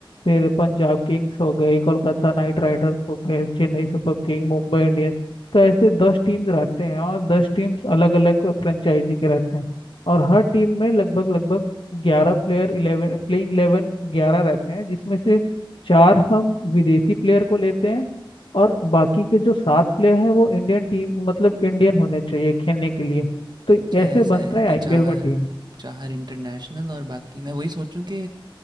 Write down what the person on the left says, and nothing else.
फिर पंजाब किंग्स हो गए कोलकाता नाइट राइडर्स हो गए Chennai Super King मुंबई इंडियंस तो ऐसे दस टीम रहते हैं और दस टीम्स अलग अलग फ्रेंचाइजी के रहते हैं और हर टीम में लगभग लगभग ग्यारह प्लेयर इलेवन प्लेइंग इलेवन ग्यारह रहते हैं जिसमें से चार हम विदेशी प्लेयर को लेते हैं और बाकी के जो सात प्लेयर हैं वो इंडियन टीम मतलब इंडियन होने चाहिए खेलने के लिए तो
ऐसे
बनता
है
आईपीएल
का टीम